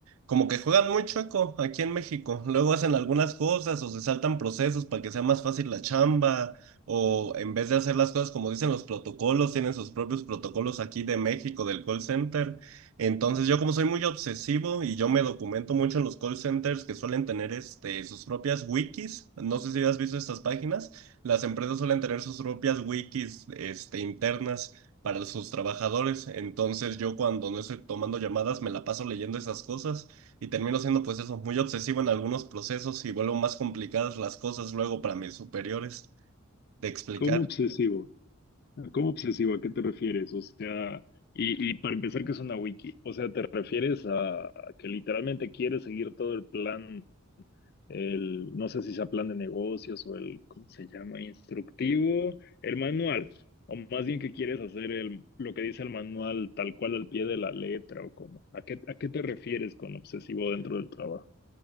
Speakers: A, on the right; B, on the left.
A: como que juegan muy chueco aquí en México. Luego hacen algunas cosas o se saltan procesos para que sea más fácil la chamba o en vez de hacer las cosas como dicen los protocolos, tienen sus propios protocolos aquí de México, del call center. Entonces yo como soy muy obsesivo y yo me documento mucho en los call centers que suelen tener este, sus propias wikis. No sé si has visto estas páginas. Las empresas suelen tener sus propias wikis este, internas para sus trabajadores. Entonces yo cuando no estoy tomando llamadas me la paso leyendo esas cosas y termino siendo pues eso, muy obsesivo en algunos procesos y vuelvo más complicadas las cosas luego para mis superiores de explicar.
B: ¿Cómo obsesivo? ¿Cómo obsesivo? ¿A qué te refieres? O sea, y, y para empezar, ¿qué es una wiki? O sea, ¿te refieres a que literalmente quieres seguir todo el plan el, no sé si sea plan de negocios o el, ¿cómo se llama? Instructivo, el manual, o más bien que quieres hacer el, lo que dice el manual tal cual al pie de la letra o cómo. ¿A qué, a qué te refieres con obsesivo dentro del trabajo?